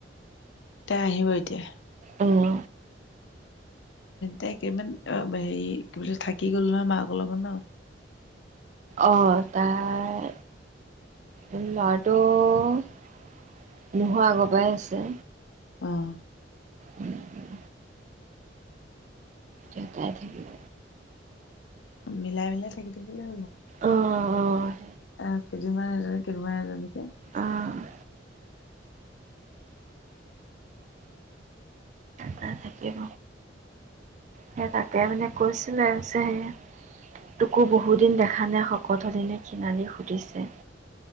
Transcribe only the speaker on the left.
তাই আহিব এতিয়া?
তাই একেইমান হেৰি কি বুলি কয় থাকি গল নহয় মাকৰ লগত ন।
অ'।
মিলাই-মিলাই থাকি থাকিলে হ'ল আৰু।
এ কেইদিনমান এজনী কেইমান এজনীকে